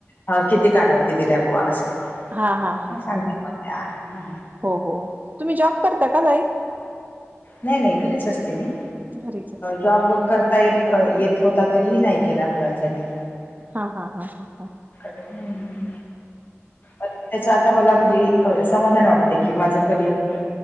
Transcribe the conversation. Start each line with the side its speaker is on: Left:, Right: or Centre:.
Left: हां किती कालांवधी दिल्यां बुंवा असं.
Right: हां हां हां
Left: हा सांगेल मग त्या हा
Right: हो हो तुम्हीं जॉब करतां कां तांई.
Left: नाहीं नाहीं घरीचं असतें मी
Right: घरीच असता
Left: जॉब वर्क करतां येतं होता. तरीही नाहीं केलां मुलांसाठी.
Right: हां हां हां हां हां.
Left: हम्मं पंच्यां. तरं मलां म्हंणजे समाभाणं वाटतें माझ्यां करिअर मी